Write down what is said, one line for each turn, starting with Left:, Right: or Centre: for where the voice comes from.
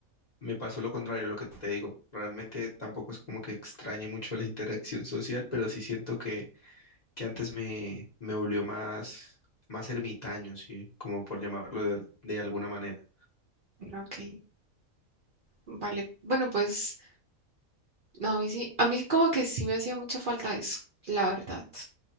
Left: me pasó lo contrario, lo que te digo. Realmente tampoco es como que extrañe mucho la interacción social, pero sí siento que, que antes me, me volvió más, más ermitaño, sí, como por llamarlo de, al- de alguna manera.
Right: Ok, vale. Bueno, pues no, a mí sí, a mí como que sí me hacía mucha falta eso, la verdad.